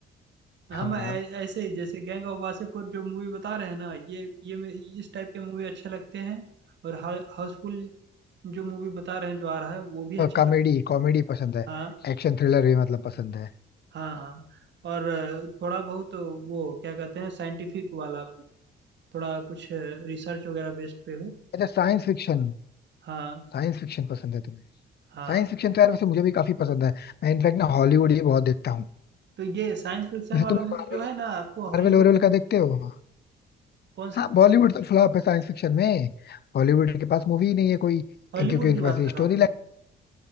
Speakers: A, on the right; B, on the left.
A: हम
B: हाँ
A: ऐ- ऐसे ही जैसे गैंग ऑफ वासेपुर जो मूवी बता रहे हैं ना ये ये मे- इस टाइप के मूवी अच्छे लगते हैं और हाउसफुल जो मूवी बता रहे हैं जो आ रहा है वो भी अच्छा
B: कॉमेडी
A: लगता है
B: कॉमेडी पसंद है
A: हाँ
B: एक्शन थ्रिलर भी मतलब पसंद है
A: हाँ हाँ और अ, थोड़ा बहुत वो क्या कहते हैं साइंटिफिक वाला मूवी थोड़ा कुछ रिसर्च वगैरह बेस्ड पे हो
B: अच्छा साइंस फिक्शन
A: हाँ
B: साइंस फिक्शन पसंद है तुम्हें
A: हाँ
B: साइंस फिक्शन तो यार वैसे मुझे भी काफी पसंद है मैं इनफैक्ट ना हॉलीवुड ही बहुत देखता हूँ
A: तो ये साइंस फिक्शन
B: जैसे
A: वाला
B: तुम्हें
A: मूवी
B: मार्वल
A: जो है ना आपको
B: मार्वल
A: हॉलीवुड
B: वॉरवल
A: नहीं जाना
B: का देखते हो
A: पड़ेगा कौन सा
B: हाँ बॉलीवुड तो फ्लॉप है साइंस फिक्शन में बॉलीवुड के पास मूवी ही नहीं है कोई
A: हॉलीवुड
B: क्योंकि उनके
A: की
B: पास
A: बात कर रहा
B: स्टोरी
A: हूँ